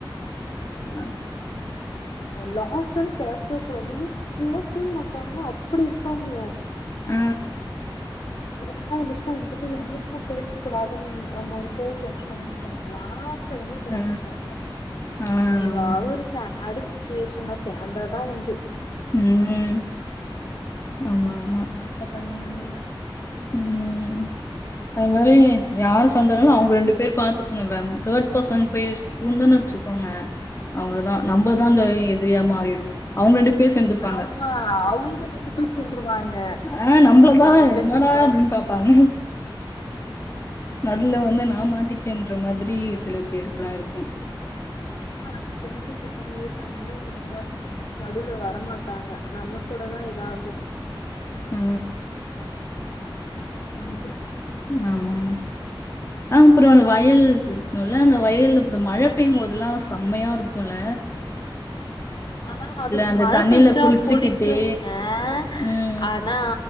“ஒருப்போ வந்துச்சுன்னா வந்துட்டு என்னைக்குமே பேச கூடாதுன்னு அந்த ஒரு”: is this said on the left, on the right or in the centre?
Left